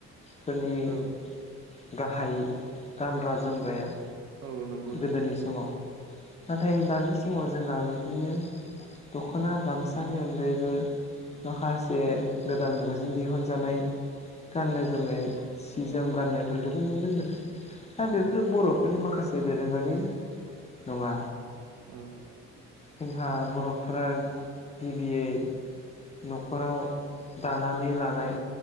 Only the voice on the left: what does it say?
फोरनि
गाहाय गानग्रा जोमग्राया।
गोदोनि
समाव नाथाय
दानि समाव जोंहा बिदिनो। दख'ना गामसानि अनगायैबो माखासे गोदान मुगाजों दिहुनजानाय। गाननाय जोमनाय सिजोम गाननायफोरखौबो नुनो मोनो। दा
बेफोरो बर'फोरनि माखासे दोरोङारि नङा।
जोंहा बर'फोरा गिबियै न'खराव दानानै लानाय